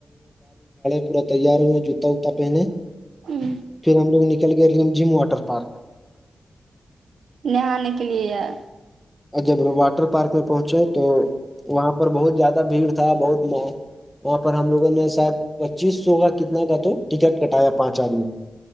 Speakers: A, in the centre; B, on the right.
A: پورا تیار ہوا جوتا وتا پہنے
B: ہوں
A: پھر ہم لوگ نکل گئے جم واٹر مارک
B: نہانے کے لیے ہے
A: اور جب واٹر پارک میں پہنچے تو وہاں پر بہت زیادہ بھیڑ تھا بہت وہاں پر ہم لوگوں نے ساید پچیس سو کا کتنا کا تو ٹکٹ کٹایا پانچ آدمی